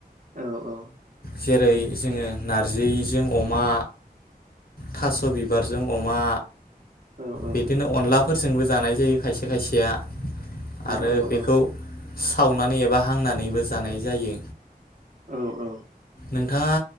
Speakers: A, on the right; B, on the left.
A: औ औ।
B: जेरै जोङो नारजिजों अमा। थास' बिबारजों अ मा
A: औ औ
B: बिदिनो अनला फोरजोंबो जानाय जायो खायसे खायसेया। आरो
A: औ
B: बेखौ
A: औ
B: खावनानै एबा हांनानैबो जानाय जायो।
A: औ औ।
B: नोंथाङा